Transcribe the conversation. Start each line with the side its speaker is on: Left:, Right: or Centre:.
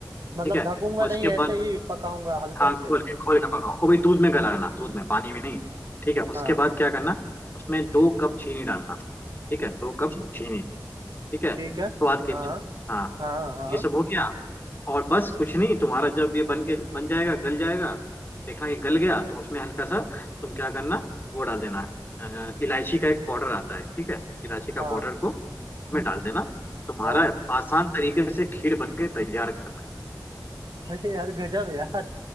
Right: मतलब
Left: ठीक है
Right: ढकूंगा
Left: और उसके
Right: नहीं ऐसे
Left: बाद
Right: ही पकाऊंगा हल्के
Left: हाँ
Right: हल्के
Left: खोल
Right: में
Left: के खोल के पकाओ वो भी दूध में गलाना दूध में पानी में नहीं ठीक है उसके
Right: हाँ
Left: बाद क्या करना उसमें दो कप चीनी डालना ठीक है दो कप चीनी ठीक है
Right: ठीक
Left: स्वाद
Right: है
Left: के
Right: हाँ
Left: लिए हाँ
Right: हाँ हाँ
Left: ये सब हो गया और बस कुछ नहीं तुम्हारा जब ये बन के बन जाएगा गल जाएगा देखना कि गल गया तो उसमें हल्का सा तुम क्या करना वो डाल देना अ, इलायची का एक पाउडर आता है ठीक है इलायची का
Right: हाँ
Left: पाउडर को में डाल देना तुम्हारा
Right: हाँ
Left: आसान तरीके से खीर बन के तैयार घर में
Right: अरे यार गजब यार